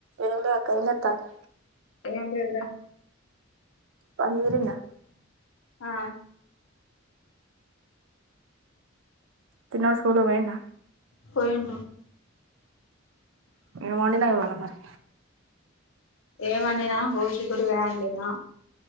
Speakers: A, on the right; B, on the left.
A: ఏంటిది అక్క ఏం చెత్తనవ్
B: ఏం లేదురా
A: పని తిరిందా
B: ఆ
A: చిన్నోడు స్కూలుకు పోయిండా
B: పోయిండు
A: ఏం వండినవ్ ఇవాల మరి
B: ఏం వండినా గోడ్ చిక్కుడుగాయ వండినా